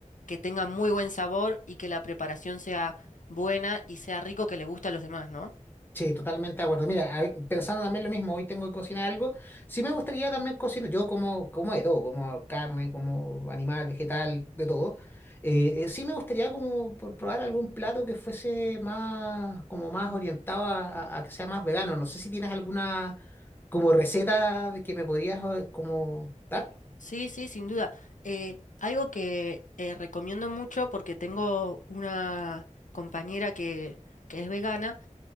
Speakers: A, on the left (about 80°); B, on the left (about 15°).
A: que tenga muy buen sabor y que la preparación sea buena y sea rico que le guste a los demás, ¿no?
B: Sí, totalmente de acuerdo. Mira, a- pensando también lo mismo, hoy tengo que cocinar algo. Sí me gustaría también cocinar, yo como, como de todo, como carne, como animal, vegetal, de todo. Eh, eh, sí me gustaría como por probar algún plato que fuese más, como más orientado a, a- a que sea más vegano. No sé si tienes alguna como receta de que me podrías eh, como dar.
A: Sí, sí, sin duda. Eh, algo que eh, recomiendo mucho porque tengo una compañera que, que es vegana,